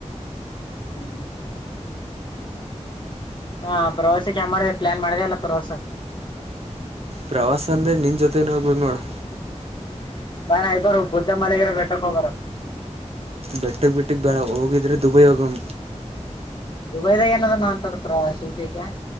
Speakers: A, on the left (about 40°); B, on the right (about 55°).
A: ಹ್ಮ್್ಮ ಹಾ ಪ್ರವಾಸಕ್ಕೆ ಯ ಮಾಡಿದೆ ಪ್ಲಯಾನ್ ಮಾಡಿದೆ ಅಲ್ಲ ಪ್ರವಾಸ
B: ಪ್ರವಾಸ ಅಂದರೆ ನಿನ್ನ ಜೊತೆನೇ
A: <inaudible>
B: ಹೋಗ್ಬೇಕು ನೋಡು
A: ಬ ನಯ ಬರ ಪೂಜಾ ಮಾಲಿಕರ ಬೆಟ್ಟಕ ಬರ
B: ಬೆಟ್ಟಕ್ಕೆ ಬಿಟ್ಟಿಗೆ ಬೇಡ ಹೋಗಿದ್ರೆ ದುಬಯೋಗಂ
A: ದುಬೈದಾಗ ಏನದ ನೋಂತಾರ ಶುಿಕ